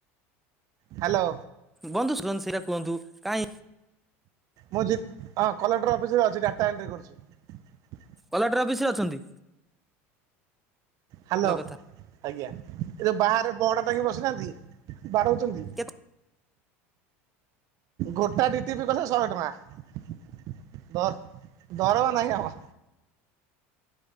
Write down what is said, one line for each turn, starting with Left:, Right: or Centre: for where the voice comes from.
Right: ହାଲୋ।
Centre: ବନ୍ଧୁ ଶଧନ ସେଇଟା କୁହନ୍ତୁ କାହିଁ
Right: ମୁଁ ଜିଦ୍ ହଁ କଲେକ୍ଟର ଅଫିସିରେ ଅଛି ଗାଡ଼ିଟା ଏଣ୍ଟ୍ରି କରୁଛି।
Centre: କଲେକ୍ଟର ଅଫିସିରେ ଅଛନ୍ତି?
Right: ହ୍ୟାଲୋ
Centre: ଭଲ କଥା।
Right: ଆଜ୍ଞା ଏ ଯୋଉ ବାହାରେ ବଡ ଟାଙ୍କି ବସିନାହାନ୍ତି? ବାଡଉଛନ୍ତି।
Centre: କେତେ
Right: ଗୋଟା ଦିଟ୍ରୀର୍ପି କଲେ ଶହେ ଟଙ୍କା। ଦ ଦରମା ନାହିଁ ଆମର।